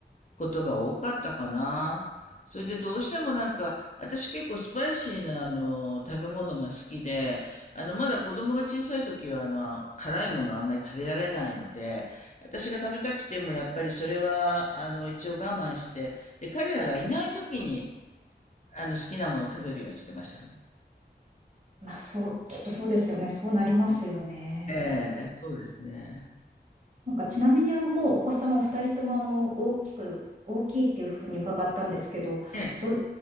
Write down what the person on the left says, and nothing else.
ことが多かったかな。それでどうしてもなんか、私結構スパイシーな、あの、食べ物が好きで、あの、まだ子供が小さい時は、あの、辛いものあんまり食べられないので、私が食べたくても、やっぱりそれは、あの、一応我慢して、で、彼らがいない時に、あの、好きなものを食べるようにしてましたね。
ええ、そうですね。
ええ